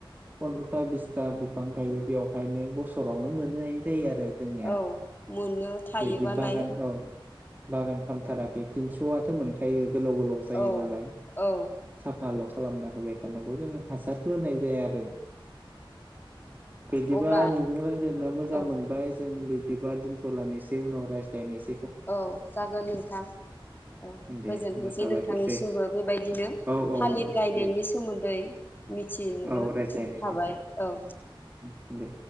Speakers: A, on the right (about 20°); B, on the left (about 20°).
A: पन्द्रथा बिसथा बिफां गायो बेयावहायनो गस गोबावनो मोननाय जायो आरो जोंनिया
B: औ मोननो थायोबालाय
A: बिदि बागान औ बागोन हामथाराखै थिनस'आथ' मोनखायो गोलाव गोलाव
B: औ-औ-औ
A: जायो नालाय साफाल' खालामना होबाय थानांगौ जोङ हासार होनाय जाया आरो बिदिबा
B: अब्ला
A: नोंजों रायज्लायना मोजां
B: औ-औ
A: मोनबाय जों बिदिबा दिनथ'लायनिसे उनाव रायज्लायनिसै
B: औ जागोन नोंथां औ
A: दे
B: गोजोनथोंसै
A: होमबा साबायखरसै
B: नोंथांनिसिमबो बेबायदिनो
A: औ औ
B: थालिर
A: औ
B: गायनायनि
A: दे
B: सोमोन्दै मिथिनो
A: औ रायज्लायनो
B: हाबाय
A: थाखाय
B: औ
A: दे